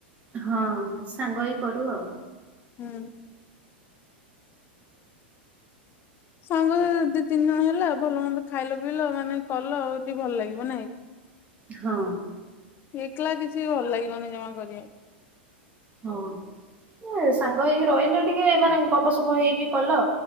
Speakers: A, on the right; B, on the left.
A: ହଁ ସାଙ୍ଗ ହେଇକି କରୁ ଆଉ।
B: ହୁଁ। ସାଙ୍ଗ ଦି ତିନି ଜଣ ହେଲା ଭଲ ମନ୍ଦ ଖାଇଲ ପିଇଲ ମାନେ କଲ ହଉଚି ଭଲ ଲାଗିବ ନାଇଁ।
A: ହଁ।
B: ଏକଲା କିଛି ଭଲ ଲାଗିବନି ଜମା କରିବାକୁ।
A: ହଁ। ଏ ସାଙ୍ଗ ହେଇକି ରହିଲେ ଟିକେ ମାନେ ଗପ ସପ ହେଇକି କଲ